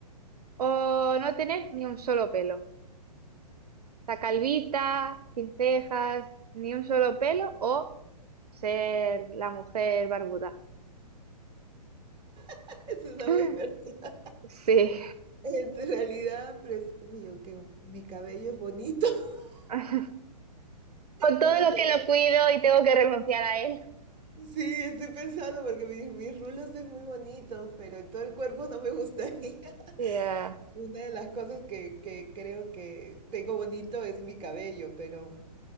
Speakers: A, on the right (about 65°); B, on the right (about 25°).
A: o no tener ni un solo pelo? O sea, calvita, sin cejas, ni un solo pelo o ser la mujer barbuda.
B: <laughs> eso está
A: <gasps>
B: muy divertido.
A: Sí,
B: En realidad, pref- uy, aunque mi cabello es bonito. <laughs>
A: <laughs> Con todo
B: Es que
A: lo
B: te-
A: que lo cuido y tengo que renunciar a él.
B: Sí, estoy pensando porque mis, mis rulos es muy bonito, pero en todo el cuerpo no me gustaría. <laughs>
A: Ya,
B: Una de las cosas que, que creo que tengo bonito es mi cabello, pero